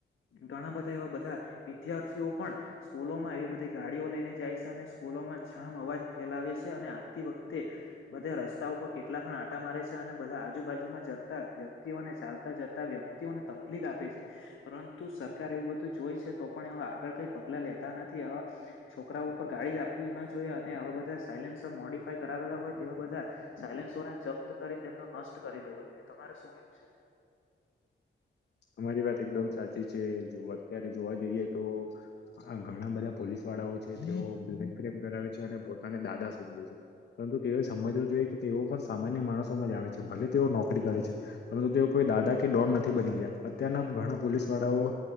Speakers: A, on the left; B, on the left.
A: ઘણા બધા એવા બધા વિદ્યાર્થીઓ પણ સ્કૂલોમાં એવી બધી ગાડીઓ લઈને જાય છે અને સ્કૂલોમાં જામ અવાજ ફેલાવે છે અને આવતી વખતે બધા રસ્તા ઉપર કેટલા ખણ આટા મારે છે અને બધા આજુબાજુમાં <unintelligible> વ્યક્તિઓને ચાલતા જ વ્યક્તિઓને તકલીફ આપે છે. પરંતુ સરકાર એવું બધું જોઈ છે તો પણ એ આગળ કઈ પગલા લે તા નથી. આ છોકરાઓ પણ ગાડી જ આપ ના જોઈએ, અને આવા બધા સાયલેન્સર મોડીફાય કરાવેલા હોય તેવા બધા સાયલેન્સોને જપ્ત કરી તેમનો નષ્ટ કરી દેવો જોઈએ. તમારે શું કેવું છે?
B: તમારી વાત એકદમ સાચી છે. જો અત્યારે જોવા જઈએ તો, આ ઘણા બધા પોલીસો વાળાઓ છે <unintelligible> કરે છે પોતાને દાદા સમજે છે. પરંતુ તેઓ સમજવુ જોઈએ કે તેઓ પણ સામાન્ય માણસોમાં જ આવે છે. ભલે તેઓ નોકરી કરે છે. પરંતુ કોઈ દાદા કે ડોન નથી બની ગયા. અત્યારના ઘણા પોલીસ વાળાઓ